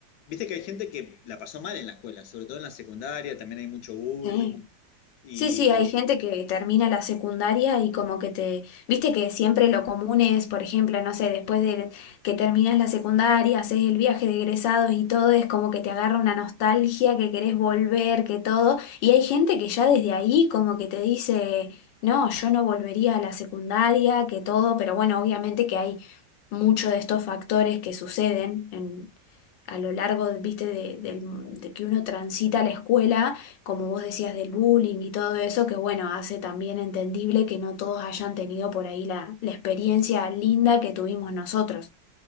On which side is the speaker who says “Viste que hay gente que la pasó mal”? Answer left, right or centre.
Left